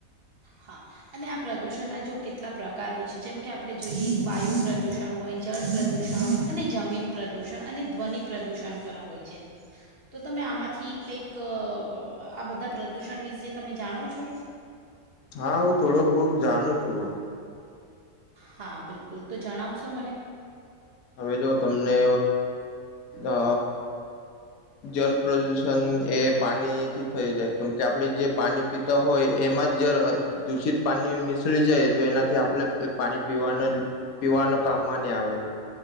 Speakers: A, on the right; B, on the left.
A: હા અને આ પ્રદુષણના જો કેટલા પ્રકાર હોય છે જેમ કે આપણે જોઈએ વાયુ પ્રદુષણ હોય, જળ પ્રદુષણ હોય અને જમીન પ્રદુષણ અને ધ્વનિ પ્રદુષણ પણ હોય છે. તો તમે આમાંથી કંઈક ક આ બધા પ્રદૂષણ વિશે તમે જાણો છો?
B: હા હું થોડોક બોક જાણુ છું, હવે
A: હા બિલકુલ તો જણાવશો મને?
B: હવે જો તમને અ જલ પ્રદૂષણ એ પાણી થી થઈ જાય કેમ કે આપણે જે પાણી પીતા હોય એમાં જ જ દૂષિત પાણી મસળી જાય તો એનાથી આપણે પાણી પીવા પીવાનો કામમાં નહી આવે.